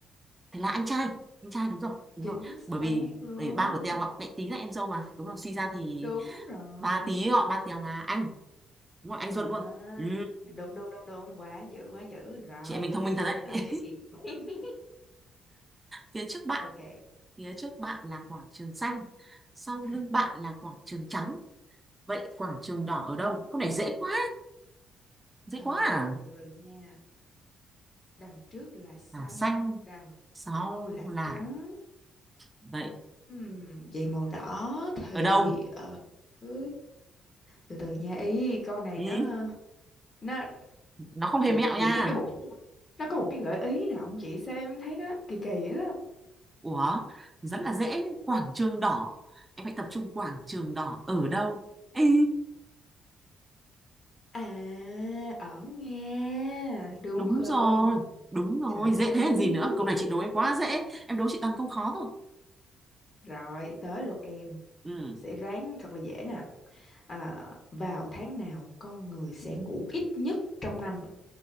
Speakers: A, on the right; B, on the left.
A: thế là anh trai anh trai đúng rồi đúng
B: chính
A: rồi
B: xác
A: bởi vì
B: luôn
A: bởi vì ba của Tèo ạ mẹ tí là em dâu mà đúng rồi suy ra thì
B: đúng rồi
A: ba tí gọi ba Tèo là anh đúng rồi anh ruột
B: à
A: luôn ừ,
B: đúng đúng đúng đúng quá dữ quá dữ rồi
A: chị em mình thông minh thật đấy
B: Tới
A: <laughs>
B: lượt chị <laughs>
A: phía trước bạn
B: ok
A: phía trước bạn là quảng trường xanh sau
B: ừ.
A: lưng bạn là quảng trường trắng vậy quảng trường đỏ ở đâu câu này dễ quá dễ
B: Ờ,
A: quá à
B: từ từ nha đằng trước là xanh
A: là xanh
B: đằng
A: sau
B: sau là
A: là
B: trắng
A: vậy
B: Ừm, vậy màu đỏ thì
A: ở đâu
B: ờ, ừ, từ từ nha ý con này
A: ừ,
B: nó nó
A: nó không hề
B: chị
A: mẹo nha
B: chị có cái bộ nó có một cái gợi ý nào không chị sao em thấy nó kỳ kỳ á
A: Ủa, rất là dễ, quảng trường đỏ. Em hãy tập trung quảng trường đỏ ở đâu? Ý,
B: À, ở Nga, đúng
A: đúng
B: không?
A: rồi, đúng rồi,
B: Trời
A: dễ
B: ơi.
A: thế làm gì nữa.
B: <laughs>
A: Câu này chị đố em quá dễ, em đố chị toàn câu khó thôi.
B: Rồi, tới lượt em.
A: Ừ,
B: Sẽ ráng thật là dễ nè. À, vào tháng nào con người sẽ ngủ ít nhất trong năm?